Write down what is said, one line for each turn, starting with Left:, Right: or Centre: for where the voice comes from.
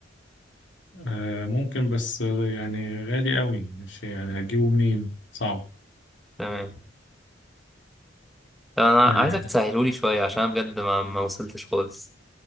Left: آه ممكن بس آه، يعني غالي قوي مش يعني هتجيبه منين صعب
Centre: تمام طب انا
Left: آه
Centre: عايزك تسهلولي شوية عشان أنا بجد ما, ما وصلتش خالص